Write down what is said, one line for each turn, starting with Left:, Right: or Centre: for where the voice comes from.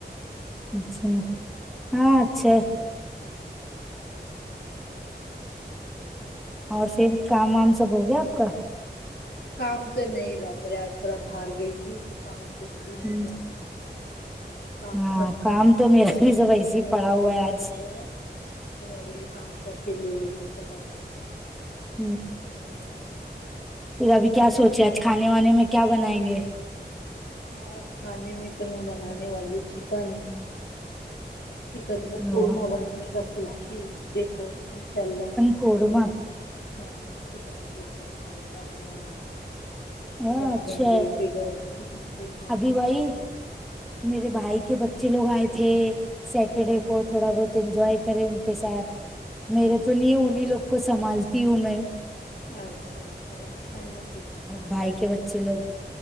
Centre: اچھا ہاں اچھا ہے اور پھر کام وام سب ہو گیا آپ کا
Left: کام تو نہیں باپرے آج تھوڑا باہر گئی تھی تو کام کچھ بھی
Centre: ہوں
Left: نہیں ہوا کام
Centre: ہاں
Left: سب کرنا
Centre: کام تو
Left: ہے
Centre: میرا ابھی سب ویسے
Left: چھوٹا
Centre: ہی پڑا
Left: والا
Centre: ہوا
Left: بیبی
Centre: ہے
Left: سویا
Centre: آج
Left: ہے تو میں بولی کام کر کے لے لیتی فٹافٹ
Centre: ہ وہ بھی ہے پھر ابھی کیا سوچے آج کھانے وانے میں کیا بنائیں گے
Left: ہاں کھانے میں تو میں بنانے والی چکن چکن کا قورمہ
Centre: وہ
Left: بنانے کا سوچی ہو دیکھو انشاء اللہ
Centre: کورمہ
Left: ہاں چکن قورمہ کھانے کا بنانا ہے
Centre: ہاں
Left: مجھے ہسبینڈ
Centre: اچھا ہے
Left: بول کے گئے چکن قورمہ
Centre: ابھی
Left: بنا
Centre: بھائی میرے بھائی کے بچے لوگ آئے تھے سیٹرڈے
Left: ہاں
Centre: کو تھوڑا بہت انجوائے کرے ان کے ساتھ میرے
Left: ہاں
Centre: تو نہیں ہے انہیں لوگ کو سنبھالتی ہوں میں
Left: اچھا اچھا اچھا ہے نا
Centre: بائی کے بچ بچے لوگ